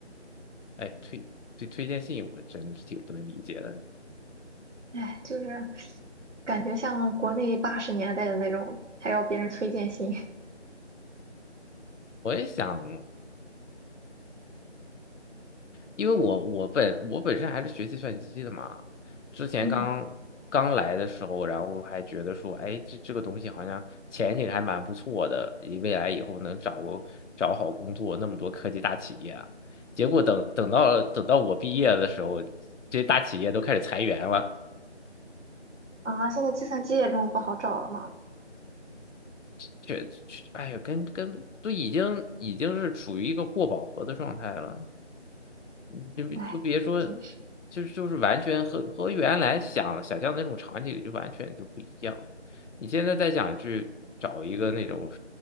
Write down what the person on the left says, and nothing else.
哎，推对推荐信我真是挺不能理解的。
我也想，因为我我本我本身还是学计算机的嘛，之前刚刚来的时候，
然后还觉得说，哎，这这个东西好像前景还蛮不错的，以未来以后能找个找好工作，那么多科技大企业啊，结果等等到等到我毕业的时候，这些大企业都开始裁员了，
却确哎呀，跟跟都已经已经是处于一个过饱和的状态了。你就就别说，
就就是完全和和原来想想象的那种场景就完全就不一样。你现在再想去找一个那种，